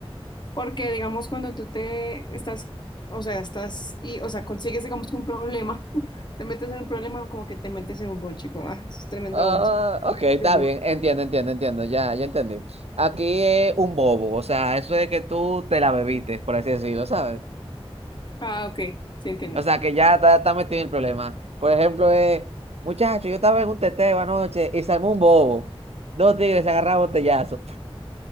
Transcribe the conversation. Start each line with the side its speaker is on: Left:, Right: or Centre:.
Left: Porque, digamos, cuando tú te estás, o sea, estás, y, o sea, consigues, digamos que un problema, <laughs> te metes en un problema, como que te metes en un bonche, como, ah, eso es tremendo
Right: Ah,
Left: bonche. <laughs>
Right: ok, está
Left: Problema.
Right: bien, entiendo, entiendo, entiendo, ya, ya entendí. Aquí es un bobo, o sea, eso es que tú te la bebiste, por así decirlo, ¿sabes?
Left: Ah, ok, sí entiendo.
Right: O sea, que ya está, está metido en el problema. Por ejemplo, es, muchacho, yo estaba en un teteo anoche y se armó un bobo. Dos tigres se agarraron a botellazo,